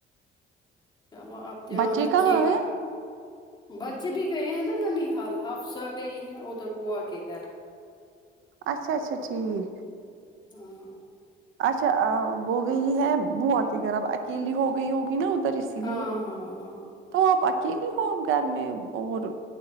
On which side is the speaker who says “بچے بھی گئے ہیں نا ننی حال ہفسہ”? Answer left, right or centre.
Left